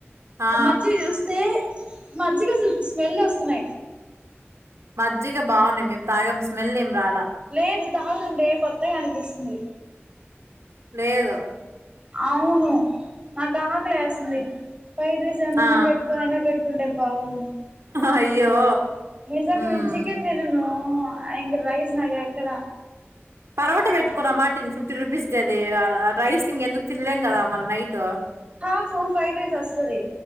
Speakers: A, on the right (about 90°); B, on the right (about 25°).
A: ఆ
B: మజీ వస్తే మజ్జిగ అసలు స్మెల్ వస్తున్నాయి
A: మజ్జగ బాగున్నాయి మేము తాగం స్మెల్ ఏం రాలా
B: లేదు తాగుతుండే కొత్తగా అనిపిస్తుంది
A: లేదా
B: అవును నాకు ఆహకలి వేస్తుంది పై డ్రెస్ ఏనా
A: ఆ
B: పెట్టుకో అయినా పెట్టు ఉండే బాగున్నా
A: అయ్యో
B: మీజ
A: ఉమ్
B: చికెన్ దేనను అంగ వైసు నా కకల
A: పరోట పెట్టుకున్నమాటని ఫిఫ్టీ రూపీస్ దదది రైస్ ఇక ఎందుకు తినలేం కదా మరి నైట్
B: హా ఫోర్ ఫైడ్ రాైస్ వస్తంది